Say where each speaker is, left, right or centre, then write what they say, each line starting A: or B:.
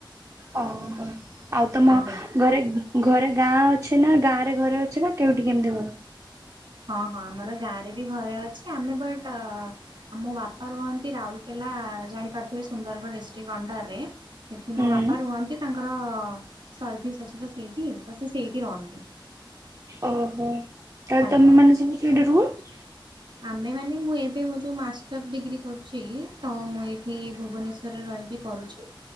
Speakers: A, on the right; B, on the right.
A: ଓହୋ ଆଉ ତମ
B: ଆଜ୍ଞା।
A: ଘରେ ଘରେ ଗାଁ ଅଛି ନା ଗାଁ ରେ ଘରେ ଅଛି ନା କେଉଠି କେମିତି ଘର?
B: ହଁ ହଁ ଆମର ଗାଁରେ ବି ଘରେ ଅଛି ଆମେ ବଟ୍ ଆ ମୋ ବାପା ରୁହନ୍ତି ରାଉରକେଲା ଜାଣିପାରୁଥିବେ ସୁନ୍ଦରଗଡ଼ ଡିଷ୍ଟ୍ରିକ୍ଟ ଅଣ୍ଡର ରେ ସେଇଠି
A: ହୁଁ
B: ମୋ ବାପା ରୁହନ୍ତି ତାଙ୍କର ସର୍ଭିସ୍ ଅଛି ତ ସେଇଠି ତ ସେ ସେଇଠି ରହନ୍ତି।
A: ଓହୋ ତାହାଲେ
B: ଆଜ୍ଞା
A: ତମେ ମାନେ ସବୁ ଫିଡ୍‌ ରୁହ।
B: ଆମେ ମାନେ ମୁଁ ଏବେ ମୋ ଯୋଉ ମାଷ୍ଟର୍ସ ଡିଗ୍ରୀ କରୁଛି ତ ମୁଁ ଏଇଠି ଭୁବନେଶ୍ୱର। ଭିତରେ ରହିକି କରୁଛି।